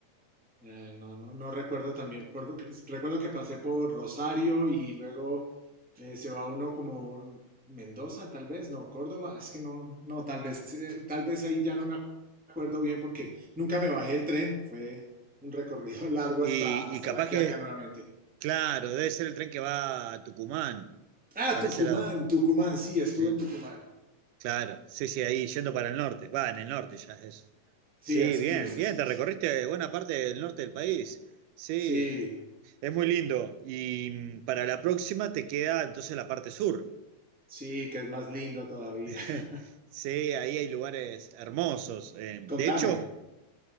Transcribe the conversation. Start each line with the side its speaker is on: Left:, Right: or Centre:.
Centre: eh, no, no, no, recuerdo también, recuerdo que, recuerdo que pasé por Rosario y luego eh, se va uno como Mendoza, tal vez, no, Córdoba, es que no, no, tal vez, eh, tal vez ahí ya no me acuerdo bien porque nunca me bajé el tren, fue un recorrido <laughs> largo
Right: Y,
Centre: hasta, hasta
Right: y capaz
Centre: La Quiaca
Right: que,
Centre: nuevamente.
Right: claro, debe ser el tren que va a Tucumán,
Centre: Ah,
Right: para
Centre: Tucumán,
Right: ese lado.
Centre: Tucumán, sí, estuve
Right: Sí.
Centre: en Tucumán.
Right: Claro, sí, sí, ahí yendo para el norte, va, en el norte ya es eso.
Centre: Sí,
Right: Sí,
Centre: así
Right: bien,
Centre: es,
Right: bien,
Centre: así
Right: te
Centre: es.
Right: recorriste buena parte del norte del país. Sí,
Centre: Sí,
Right: es muy lindo. Y mm, para la próxima te queda entonces la parte sur.
Centre: sí, que es más lindo todavía.
Right: <laughs>
Centre: <laughs>
Right: Sí, ahí hay lugares hermosos. Eh,
Centre: Contame.
Right: de hecho,